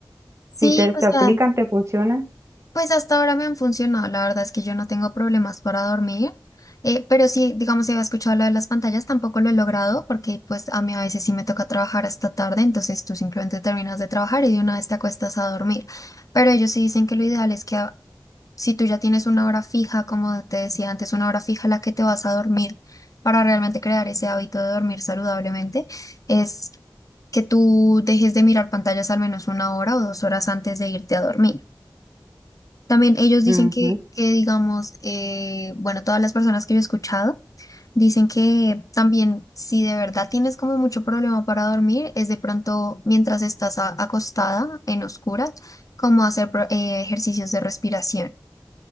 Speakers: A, on the left; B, on the right.
A: Sí,
B: Si te, te
A: o sea.
B: aplican, te funcionan.
A: Pues hasta ahora me han funcionado, la verdad es que yo no tengo problemas para dormir, eh, pero sí, digamos, si había escuchado lo de las pantallas, tampoco lo he logrado porque pues a mí a veces sí me toca trabajar hasta tarde, entonces tú simplemente terminas de trabajar y de una vez te acuestas a dormir, pero ellos sí dicen que lo ideal es que a- si tú ya tienes una hora fija, como te decía antes, una hora fija a la que te vas a dormir para realmente crear ese hábito de dormir saludablemente, es que tú dejes de mirar pantallas al menos una hora o dos horas antes de irte a dormir. También ellos dicen
B: Ujú.
A: que, que digamos, eh, bueno, todas las personas que yo he escuchado dicen que también si de verdad tienes como mucho problema para dormir, es de pronto mientras estás a- acostada en oscuras, como hacer pro- eh, ejercicios de respiración.